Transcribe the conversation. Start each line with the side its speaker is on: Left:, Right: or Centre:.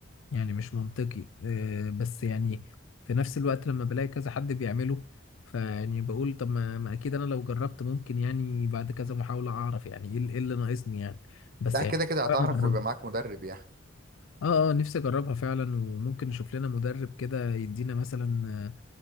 Left: يعني مش منطقي آه، بس يعني في نفس الوقت لما بلاقي كذا حد بيعمله فيعني بقول طب ما, ما اكيد انا لو جربت ممكن يعني بعد كذا محاولة اعرف يعني ايه اللي إيه اللي ناقصني يعني بس
Right: لا
Left: يعني
Right: كده كده هتعرف
Left: انا اجربه
Right: ويبقى معاك مدرب
Left: اه اه نفسي اجربها فعلا وممكن نشوف لنا مدرب كده يدينا مثلا آه،